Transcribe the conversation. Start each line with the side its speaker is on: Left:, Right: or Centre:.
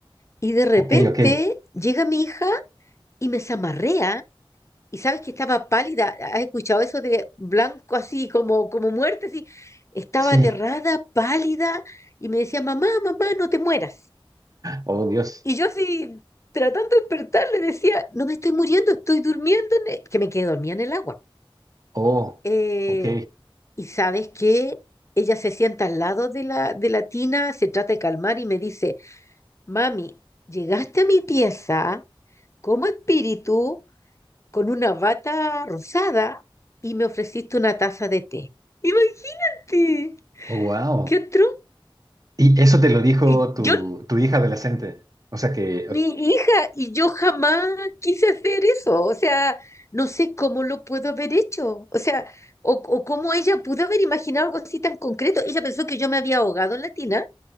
Left: Y de repente
Right: Ok, ok.
Left: llega mi hija y me zamarrea Y sabes que estaba pálida, ¿has escuchado eso de blanco así, como, como muerte, así? Estaba
Right: Sí.
Left: aterrada, pálida, y me decía, mamá, mamá, no te mueras.
Right: Oh, Dios.
Left: Y yo así, tratando de despertar, le decía, no me estoy muriendo, estoy durmiendo, en el-". que me quedé dormida en el agua.
Right: Oh,
Left: Eh,
Right: ok.
Left: y sabes que ella se sienta al lado de la, de la tina, se trata de calmar y me dice, mami, llegaste a mi pieza como espíritu con una bata rosada y me ofreciste una taza de té. Imagínate,
Right: Oh, wow.
Left: ¿qué otro?
Right: Y eso te lo dijo
Left: Y
Right: tu,
Left: yo,
Right: tu hija adolescente. O sea que,
Left: mi hija, y yo jamás quise hacer eso. O sea, no sé cómo lo puedo haber hecho. O sea, o, o cómo ella pudo haber imaginado algo así tan concreto. Ella pensó que yo me había ahogado en la tina